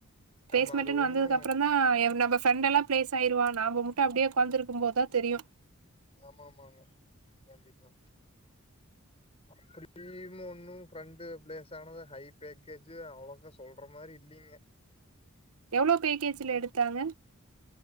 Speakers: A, on the right; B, on the left.
A: பிளேஸ்மெண்ட்டுன்னு
B: ஆமா அது ஒண்ணு
A: வந்ததுக்கு அப்பறந்தா நம்ப ஃப்ரெண்டெல்லா பிளேஸ் ஆயிருவா நாம மட்டு அப்டியே உக்காந்திருக்கு போதுதா தெரியு
B: ஆமா ஆமாங்க கண்டிப்பா அப்டியும் ஒன்னு ஃப்ரெண்ட் பிளேஸ் ஆனத ஹை பேக்கேஜ் அவ்ளோக்க சொல்ற மாரி இல்லீ ங்க
A: எவ்ளோ பேக்கேஜ்ல எடுத்தாங்க